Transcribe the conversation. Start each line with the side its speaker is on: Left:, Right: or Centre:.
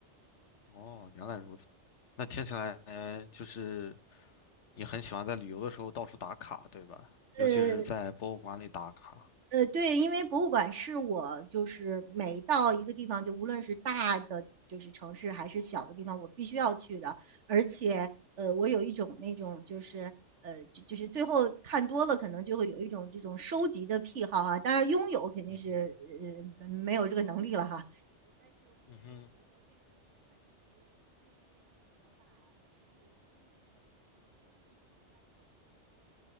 Left: 哦，原来如此。那听起来就是你很喜欢在旅游的时候到处打卡，对吧？尤其是在博物馆里打卡。
Right: 呃，呃，对，因为博物馆是我就是每到一个地方，就无论是大的就是城市还是小的地方，我必须要去的。而且，呃，我有一种那种就是呃，就就是最后看多了，可能就会有一种这种收集的癖好哈、当然，拥有肯定是
Left: 嗯哼，
Right: 呃呃没有这个能力了哈。
Left: 嗯哼。